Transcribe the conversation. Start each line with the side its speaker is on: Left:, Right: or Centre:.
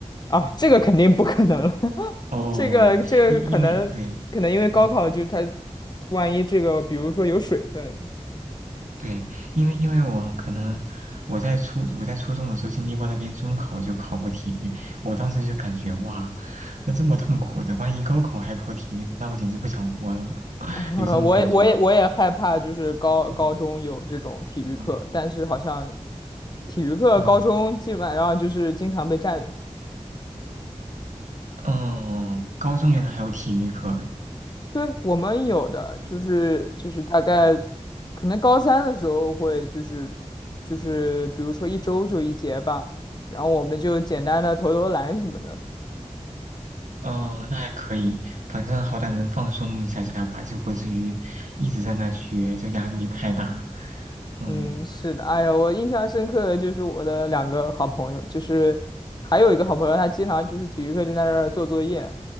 Left: 啊，这个肯定不可能了，<laughs>
Right: 哦，
Left: 这个这个可能可能因为高考就是它，
Right: 因因为对，嗯，
Left: 万一这个比如说有水分，
Right: 对，因为因为我可能我在初我在初中的时候经历过那边中考就考过体育，我当时就感觉哇，那这么痛苦的，万一高考还考体育，那我简直不想活了，
Left: <laughs>
Right: <laughs>
Left: 啊，
Right: 有这种感觉。
Left: 我也我也我也害怕，就是高高中有这种体育课，
Right: 嗯，哦。
Left: 但是好像体育课高中基本上就是经常被占领。
Right: 嗯，嗯，高中原来还有体育课，
Left: 对，我们有的就是就是大概可能高三的时候会就是就是比如说一周就一节吧，然后我们就简单的投投篮什么的。
Right: 哦，那还可以，反正好歹能放松一下下吧，就不至于一直在那学，就压力太大。嗯，
Left: 嗯，是的，哎呀，我印象深刻的就是我的两个好朋友，就是还有一个好朋友，他经常就是体育课就在那儿做作业，